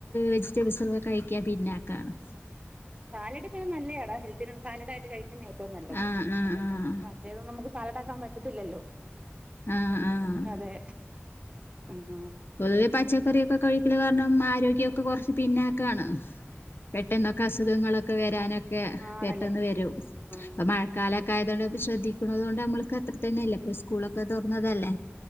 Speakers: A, on the left (about 55°); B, on the right (about 25°).
A: വെജിറ്റബിൾസൊക്കെ കഴിക്കാൻ പിന്നോക്കാണ്
B: സാലഡ് പിന്നെ നല്ല യാടാ ഹെൽത്തി സാലഡയിട്ട് കഴിക്ക ഏറ്റവും നല്ലത്
A: ആഹ് ആഹ് ആഹ്
B: മറ്റേതും നമുക്ക് സാലഡ് ആക്കാൻ പറ്റത്തില്ലല്ലോ
A: ആഹ് ആഹ്
B: അതെ ഉം
A: പൊതുവെ പച്ചക്കറിയൊക്കെ കഴിക്കല് കാരണം ആരോഗ്യക്കെ കൊറച്ച് പിന്നോക്കാണ് പെട്ടെന്നൊക്കെ അസുഖങ്ങളൊക്കെ വരാനൊക്കെ
B: ആണല്ലേ
A: പെട്ടെന്ന് വരും
B: ആഹ്
A: ഇപ്പൊ മഴക്കാലൊക്ക ആയതൊണ്ട് ഇപ്പ ശ്രദ്ധിക്കണതുകൊണ്ട് നമ്മക്ക് അത്ര തന്നെ അല്ലെ ഇപ്പൊ സ്കൂളൊക്കെ തൊറന്നതല്ലേ,